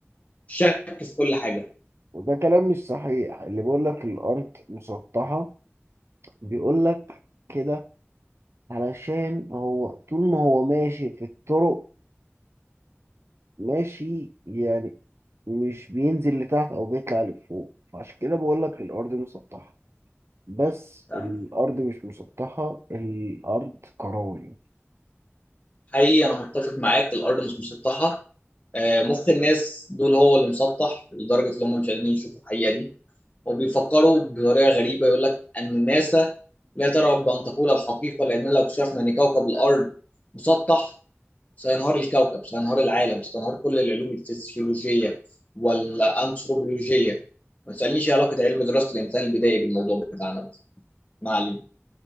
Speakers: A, on the left (about 30°); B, on the right (about 65°).
A: شك في كل حاجه
B: وده كلام مش صحيح اللي بيقول لك الأرض مسطحة بيقول لك كده علشان هو طول ما هو ماشي في الطرق ماشي يعني مش بينزل لتحت أو بيطلع لفوق فعشان كده بقول لك الأرض مسطحة بس
A: تمام
B: الأرض مش مسطحة الأرض كروية
A: حقيقي انا متفق معاك الارض مش مسطحه آه، مخ الناس دول هو اللي مسطح لدرجه ان هم مش قادرين يشوفوا الحقيقه دي وبيفكروا بطريقه غريبه يقول لك ان ناسا لا ترغب بان تقول الحقيقه لان لو اكتشفنا ان كوكب الارض مسطح سينهار الكوكب سينهار العالم سينهار كل العلوم الفسيولوجية والأنثروبولوجية ما تسألنيش إيه علاقة علم دراسة الإنسان البدائي بالموضوع بتاعنا ده ما علينا